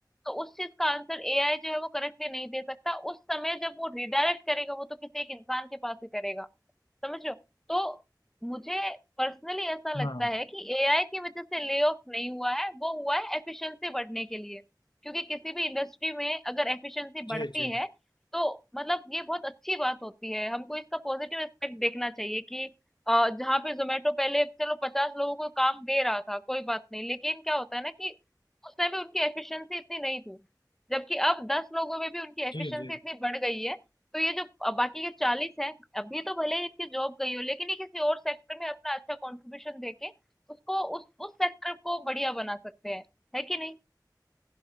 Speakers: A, in the centre; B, on the left.
A: तो उस चीज़ का आंसर एआई जो है वो करेक्टली नहीं दे सकता। उस समय जब वो रिडायरेक्ट करेगा वो तो किसी एक इंसान के पास ही करेगा। समझ रहे हो? तो मुझे पर्सनली ऐसा लगता
B: हाँ
A: है कि एआई की वजह से ले ऑफ नहीं हुआ है वो हुआ है एफिशिएंसी बढ़ने के लिए क्योंकि किसी भी इंडस्ट्री में अगर एफिशिएंसी बढ़ती
B: जी जी
A: है तो मतलब ये बहुत अच्छी बात होती है हमको इसका पॉजिटिव एस्पेक्ट देखना चाहिए कि अ, जहाँ पे जोमेटो पहले चलो पचास लोगों को काम दे रहा था कोई बात नहीं लेकिन क्या होता है ना कि उस टाइम पे उनकी एफिशिएंसी इतनी नहीं थी जबकि अब दस लोगों में भी उनकी एफिशिएंसी
B: जी जी
A: इतनी बढ़ गई है तो ये जो अ, बाकी के 40 हैं, अभी तो भले ही इनकी जॉब गई हो, लेकिन ये किसी और सेक्टर में अपना अच्छा कंट्रीब्यूशन देके उसको उस उस सेक्टर को बढ़िया बना सकते हैं, है कि नहीं?